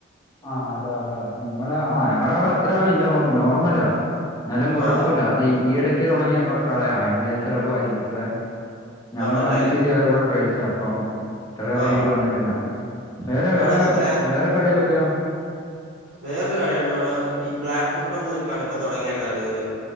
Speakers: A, on the left; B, on the right.
A: ആ അതെ അതെ അതെ നിങ്ങള് ആ ഞങ്ങ അവിടെ അത്ര ആളില്ല നോർമല എന്നാലും കൊഴപ്പല്ല
B: ആ
A: അത് ഈയിടയ്ക്ക് തുടങ്ങിയ കളയ അതിറെ ചിലപ്പോായിയിരിക്കും ഇത്രേ ഞങ്ങള്ൾ
B: ആണല്ലേ
A: അനിച്ചില്ലേ അത കൂടെ കഴിച്ച അപ്പം ഇത്ര
B: ആ
A: റേറ്റ് വന്നിട്ടില്ല വേറെ
B: അവിടെയൊക്കെ
A: വേറെ
B: എത്രയാണ്
A: വേറെ കടയിലൊക്കെയോ
B: വേറൊരു കടയുണ്ടണ്ട് അവിടെ ഈ ബ്ലാക്ക് പെപ്പർ എന്ന് പറഞ്ഞ കട ഇപ്പ തുടങ്ങിയായിുന്നരുന്നു അടൂര്